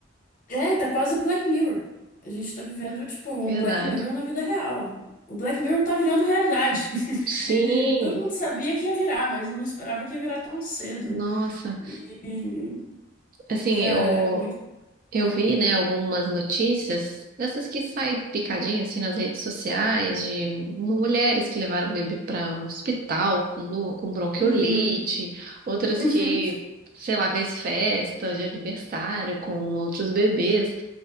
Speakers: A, on the left; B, on the right.
A: É, tá quase o Black Mirror. A gente tá vivendo, tipo, um
B: Verdade.
A: Black Mirror na vida real. O Black Mirror tá virando realidade. <laughs>
B: Sim.
A: Ele, todo mundo sabia que ia virar, mas não esperava que ia virar tão cedo.
B: Nossa,
A: E,
B: assim,
A: cara,
B: eu,
A: é muito.
B: Eu
A: Ah.
B: vi, né, algumas notícias dessas que saem picadinha assim nas redes sociais de mulheres que levaram o bebê para o hospital com, nu- com bronquiolite,
A: Uhum,
B: outras
A: uhum,
B: que, sei lá, fez festa de aniversário com outros bebês.